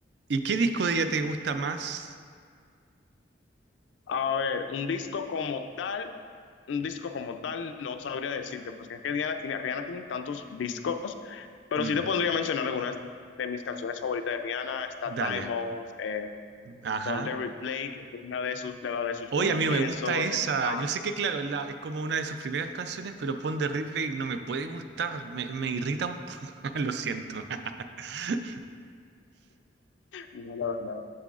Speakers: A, on the right (about 60°); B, on the left (about 80°).
A: ¿Y qué disco de ella te gusta más?
B: A ver, un disco como tal, un disco como tal, no sabría decirte, porque es que Diana tiene, Rihanna tiene tantos discos, pero
A: Mm,
B: sí te podría mencionar algunas de mis canciones favoritas de Rihanna, está
A: dale,
B: Diamonds, eh,
A: ajá.
B: Pon the Replay, que es una de sus, de la de sus
A: Oye,
B: comienzos,
A: a mí no me gusta esa.
B: está,
A: Yo sé que, claro, la- es como una de sus primeras canciones, pero Pon de Ripley no me puede gustar, me, me irrita un poco, <laughs> lo siento. <laughs>
B: no, la verdad,